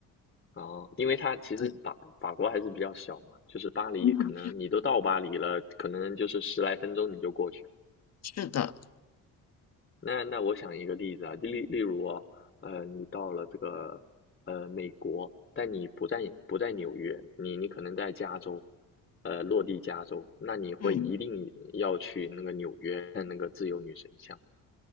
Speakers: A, on the left (about 25°); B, on the left (about 45°).
A: 哦，因为它其实法法国还是比较小嘛，
B: 对，
A: 就是巴黎，
B: 嗯，
A: 可能你都到巴黎了，可能就是十来分钟你就过去了。
B: 是的，
A: 那那我想一个例子啊，例例如哦，呃，你到了这个呃美国，但你不在不在纽约，你你可能在加州，呃，落地加州，那你会一定要去那个纽约看那个自由女神像。
B: 嗯，